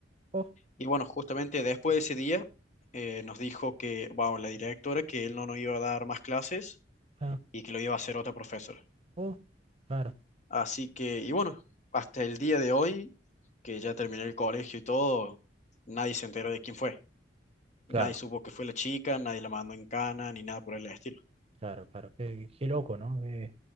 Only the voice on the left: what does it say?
Y bueno, justamente después de ese día eh, nos dijo que, bueno, la directora, que él no nos iba a dar más clases
y que lo iba a hacer otra profesora.
Así que, y bueno, hasta el día de hoy, que ya terminé el colegio y todo, nadie se enteró de quién fue.
Nadie supo que fue la chica, nadie la mandó en cana, ni nada por el estilo.